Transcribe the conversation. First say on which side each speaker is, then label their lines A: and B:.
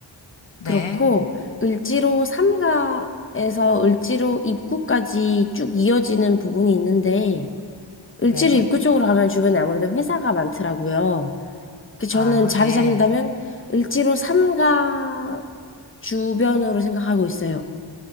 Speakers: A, on the left; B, on the left.
A: 네,
B: 그렇고, 을지로 3가에서 을지로 입구까지 쭉 이어지는 부분이 있는데, 을지로
A: 네,
B: 입구 쪽으로 가면 주변에 아무래도 회사가 많더라고요. 그 저는
A: 아,
B: 자리
A: 네,
B: 잡는다면 을지로 3가 주변으로 생각하고 있어요.